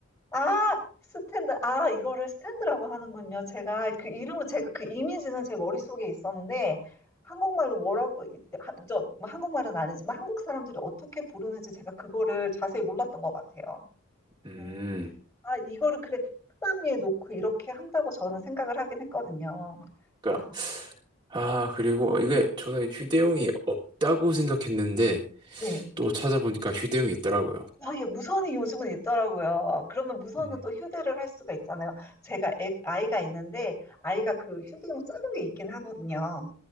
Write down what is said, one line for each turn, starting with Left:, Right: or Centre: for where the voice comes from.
Left: 아, 스탠드. 아, 이거를 스탠드라고 하는군요. 제가 그 이름은 제가 그 이미지는 제 머릿속에 있었는데 한국말로 뭐라고 하- 저, 뭐 한국말은 아니지만 한국 사람들이 어떻게 부르는지 제가 그거를 자세히 몰랐던 것 같아요.
Right: 음,
Left: 음. 아, 이거를 그래 책상 위에 놓고 이렇게 한다고 저는 생각을 하긴 했거든요.
Right: 그니까,
Left: 아,
Right: 아, 그리고 이게 저는 휴대용이 없다고 생각했는데,
Left: 네.
Right: 또 찾아보니까 휴대용이 있더라고요.
Left: 아, 예, 무선이 요즘은 있더라고요. 그러면 무선은
Right: 음,
Left: 또 휴대를 할 수가 있잖아요. 제가 애, 아이가 있는데, 아이가 그 휴대용 작은 게 있긴 하거든요.